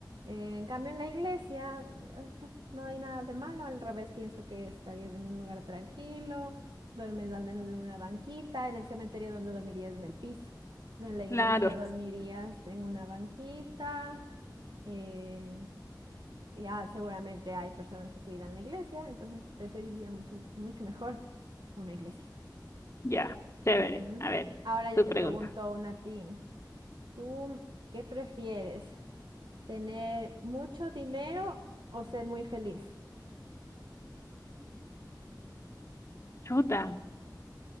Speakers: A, on the right; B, on the left.
A: eh, en cambio en la iglesia o sea, no hay nada de malo, al revés pienso que estarías en un lugar tranquilo, duermes al menos en una banquita, en el cementerio donde dormirías en el piso. Entonces en la iglesia
B: Claro,
A: dormirías en una banquita, eh, y, ah, seguramente hay personas que cuidan la iglesia, entonces preferiría mucho, mucho mejor una iglesia.
B: ya, chévere.
A: Ujú.
B: A ver,
A: Ahora yo
B: tu
A: te
B: pregunta.
A: pregunto una a ti. ¿Tú qué prefieres? ¿Tener mucho dinero o ser muy feliz?
B: Chuta.